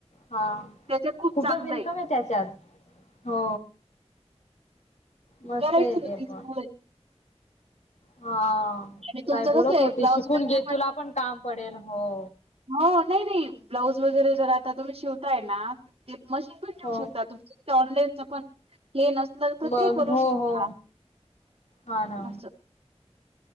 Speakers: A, on the left (about 80°); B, on the right (about 55°).
A: हा.
B: त्याच्यात खूप
A: खूपच
B: चांगलं
A: इनकम
B: आहे.
A: ये त्याच्यात हो. मस्त
B: करायचं
A: येते
B: होतीस
A: पण
B: होय.
A: हा
B: आणि तुमचं
A: काय बोलत
B: कसं आहे
A: होती
B: ब्लाऊज
A: शिकून
B: वगैरे
A: घे तुला पण काम पडेल हो.
B: हो नाही नाही ब्लाऊज वगैरे जरा आता तुम्ही शिवताय ना. ते मशीन पण देऊ
A: हो
B: शकता तुमच ते ऑनलाईनच पण हे नसलं तर
A: मग
B: ते करू
A: हो
B: शकता.
A: हो हा ना.
B: असं.